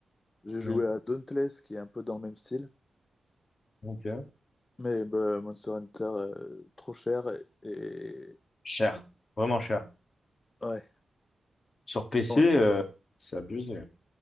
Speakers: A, on the left (about 30°); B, on the left (about 45°).
A: J'ai joué
B: Mm.
A: à Dauntless, qui est un peu dans le même style,
B: Ok.
A: mais bah, Monster Hunter, euh, trop cher, et...
B: Cher. Vraiment cher.
A: Ouais.
B: Sur PC,
A: Non.
B: euh, c'est abusé.